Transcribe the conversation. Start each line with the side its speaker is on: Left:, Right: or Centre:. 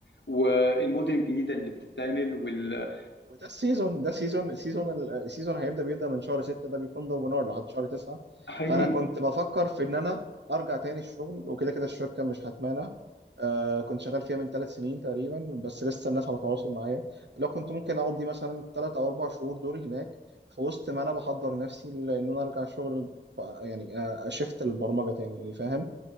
Left: والمدن الجديده اللي بتتعمل وال
Right: وده السيزون ده السيزون السيزون السيزون هيبدا بيبدا من شهر 6 ده بيكون ضرب نار لحد شهر 9
Left: وحقيقي
Right: فانا كنت بفكر في ان انا ارجع تاني الشغل وكده كده الشركه مش هتمانع آه كنت شغال فيها من ثلاث سنين تقريبا بس لسه الناس على تواصل معايا لو كنت ممكن اقضي مثلا ثلاث او اربع شهور دوري هناك في وسط ما انا بحضر نفسي لان انا ارجع الشغل بقى- يعني آه، اشفت البرمجه تاني يعني فاهم